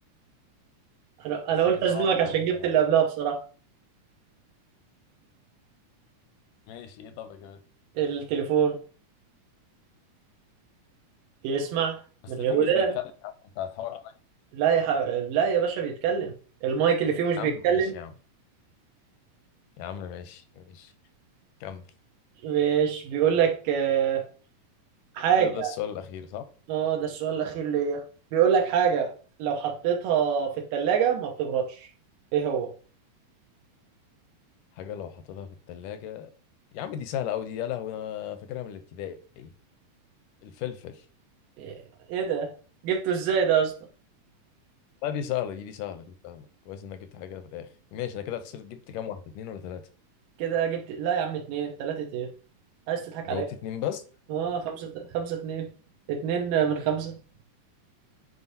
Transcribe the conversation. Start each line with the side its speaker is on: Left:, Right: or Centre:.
Right: انا
Left: بس
Right: انا قلت
Left: هي دي شبه
Right: ازنقك
Left: واحدة أنا
Right: عشان
Left: عارفها
Right: جبت
Left: يعني
Right: اللي قبلها
Left: اللي
Right: بصراحه
Left: هو ماشي إيه طب يا جماعة
Right: التليفون بيسمع
Left: بس
Right: من
Left: التليفون
Right: غير ودان
Left: مش بيتكلم يا عم أنت هتحاور عليا
Right: لا يا ح... لا يا باشا بيتكلم المايك اللي فيه مش بيتكلم
Left: يا عم ماشي يا عم يا عم ماشي ماشي كمل
Right: مش بيقول لك آه، حاجه
Left: كده ده السؤال الأخير صح؟
Right: اه ده السؤال الاخير ليا بيقول لك حاجه لو حطيتها في التلاجة ما بتبردش ايه هو
Left: حاجة لو حطيتها في التلاجة يا عم دي سهلة أوي دي يا لهوي أنا فاكرها من الابتدائي الفلفل
Right: ايه إيه ده جبته ازاي ده يا اسطى
Left: لا دي سهلة دي دي سهلة دي سهلة كويس إنك جبت حاجة كده في الآخر ماشي أنا كده خسرت جبت كام واحدة اتنين ولا تلاتة
Right: كده جبت لا يا عم اتنين تلاتة ايه عايز تضحك
Left: جاوبت
Right: عليا
Left: اتنين بس
Right: اه خمسة خمسة اتنين اتنين من خمسة